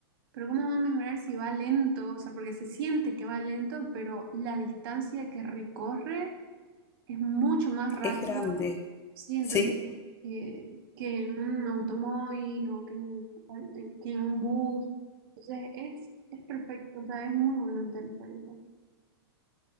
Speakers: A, on the right; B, on the left.
A: Pero ¿cómo va a mejorar si va lento? O sea, porque se siente que va lento, pero la distancia que recorre es mucho más rápido.
B: es grande.
A: Sí, entonces
B: Sí,
A: que, que en un automóvil o que en, que en un bus. Entonces es, es perfecto, o sea, es muy bueno el teleférico.